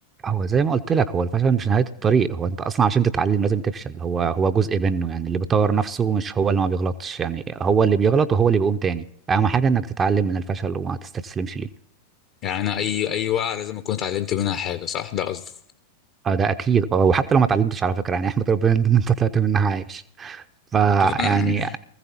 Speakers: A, on the right; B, on the left.
A: هو زي ما قلت لك هو الفشل مش نهاية الطريق هو انت اصلا عشان تتعلم لازم تفشل هو هو جزء منه يعني اللي بيطور نفسه مش هو اللي ما بيغلطش يعني هو اللي بيغلط وهو اللي بيقوم تاني اهم حاجة انك تتعلم من الفشل وما تستسلمش ليه
B: يعني انا اي اي وقعه لازم اكون اتعلمت منها حاجه صح ده قصدي
A: اه ده اكيد اه وحتى لو ما اتعلمتش على فكرة يعني <laughs> احمد ربنا ان انت طلعت منها عايش فيعني
B: طب انا